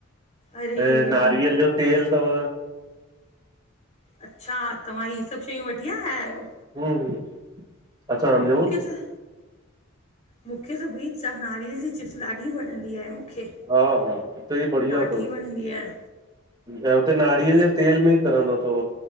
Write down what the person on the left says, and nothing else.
अरे
मूं
अच्छा तव्हां ही सभु शयूं वठी आया आहियो?
मूंखे त मूंखे त भई नारियल ॼी चिप्स ॾाढी वणंदी आहे मूंखे
ॾाढी
वणंदी आहे